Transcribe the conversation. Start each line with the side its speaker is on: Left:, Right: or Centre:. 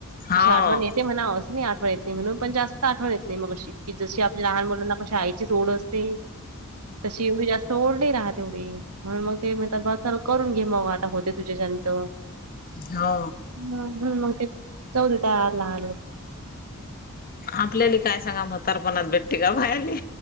Left: हा
Right: तशी आठवण येते
Left: हो
Right: - ते म्हणा. असं नाही आठवण येत नाही म्हणून. पण जास्त- आठवण येत नाही मग अशी. की जशी आपल्या लहान मुलांना कशी आईचीच ओढ असते. तशी एवढी जास्त- ओढ नाही राहात एवढी. म्हणून मग ते म्हणतात बुवा चल, करून घे मग आता होते तुझ्याच्यानं त.
Left: हा.
Right: <unintelligible>
Left: आपल्याले काय सांगाव म्हातारंपणात भेटते काय पाह्यले?